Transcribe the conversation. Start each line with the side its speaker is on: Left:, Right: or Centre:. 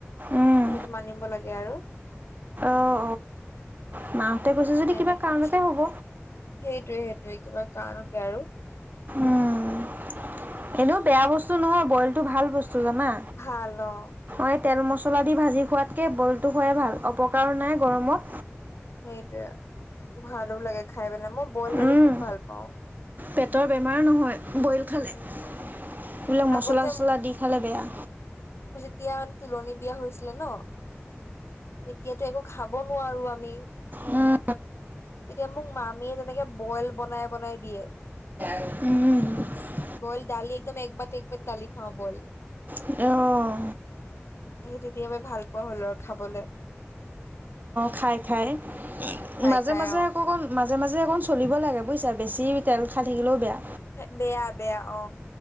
Right: উম।
Left: সেইটো মানিব লাগে আৰু
Right: অঁ অঁ মাহঁতে কৈছে যদি
Left: তেনেকাে
Right: কিবা কাৰণতে হ'ব
Left: সেইটয়ে সেইটোয়ে কিবা কাৰণতে আৰু
Right: উম এনেও বেয়া বস্তু নহয় বইলটো ভাল বস্তু মা
Left: ভাল অ
Right: <unintelligible> তেল মচলাই দি ভাজি খুৱাতকে বইল খুৱাই ভাল। উপপকাৰ <unintelligible> নাই গৰমত
Left: সেইটোৱয়ে ভালো লাগে খাই পেলাই মই বইল দালি
Right: উম।
Left: খুব ভাল পাওঁ।
Right: পেটৰ বেমাৰ নহয়। বইল খালে
Left: উম
Right: এইবিলাক মচলা
Left: আগতে
Right: চছলা দি খালে বেয়া
Left: তেতিয়া মান তোুলনি বিয়া হৈছিলে ন তেতিয়াতো একো খাব নোৱাৰো আমি
Right: উম।
Left: তেতিয়া মোক মামীয়ে তেনেকে বইল বনাই বনাই দিয়ে।
Right: উম
Left: বইল দালি একদম একবাতি একবাতি দালি খাওঁ বইল
Right: অঁ
Left: এ তেতিয়া পৰাই ভাল পোৱা হ'ল আৰু খাবলৈ।
Right: খাই, খাই
Left: খাই
Right: মাজে,
Left: খাই
Right: মাজে
Left: অ
Right: আকৌ মাজে মাজে অকণ চলিব লাগে বুজিছা বেছি তেল খাই থাকিলেও বেয়া।
Left: বেয়া, বেয়া অ